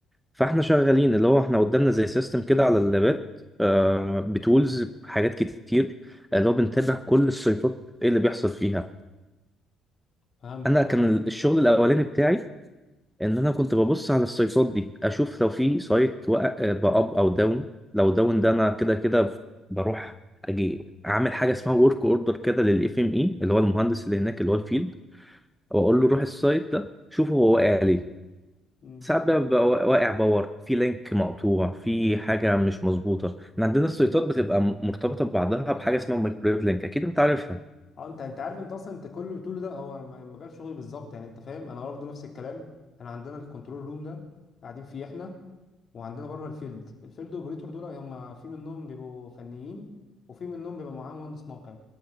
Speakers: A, in the centre; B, on the left.
A: فاحنا شغالين اللي هو احنا قدامنا زي سيستم كده على اللابات آه، بتولز حاجات كتير اللي هو بنتابع كل السيطات ايه اللي بيحصل فيها
B: فهمت
A: انا كان الشغل الاولاني بتاعي ان انا كنت ببص على السايتات دي اشوف لو في سايت وقع باب او داون لو داون ده انا كده كده بروح اجي اعمل حاجه اسمها ورك اوردر كده للاف ام اي اللي هو المهندس اللي هناك اللي هو الفيلد واقول له روح السايت ده شوف هو واقع ليه
B: اه
A: ساعات بقى بيبقى واقع باور في لينك مقطوع في حاجه مش مظبوطه إن عندنا السايتات بتبقى مرتبطه ببعضها بحاجه اسمها مايكرويف لينك اكيد انت عارفها
B: اه انت انت عارف انت اصلا انت كل اللي بتقوله ده هو م- مجال شغلي بالظبط يعني انت فاهم انا برضه نفس الكلام احنا عندنا الكنترول روم ده قاعدين فيه احنا وعندنا بره الفيلد الفيلد اوبريتور دول هم في منهم بيبقوا فنيين وفي منهم بيبقى معاه مهندس موقع